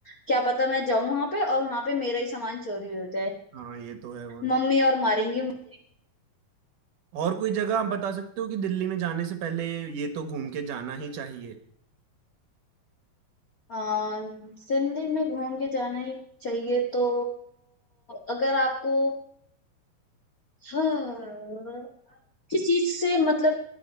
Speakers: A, on the left; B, on the right.
A: क्या पता मैं जाऊं वहां पे और वहां पे मेरा ही सामान चोरी हो जाए
B: हाँ ये तो है वहाँ
A: मम्मी और मारेंगी मुझे
B: और कोई जगह आप बता सकते हो कि दिल्ली में जाने से पहले ये तो घूम के जाना ही चाहिए
A: आ, दिल्ली में घूम के जाना ही चाहिए तो अगर आपको हाँ, किस चीज से मतलब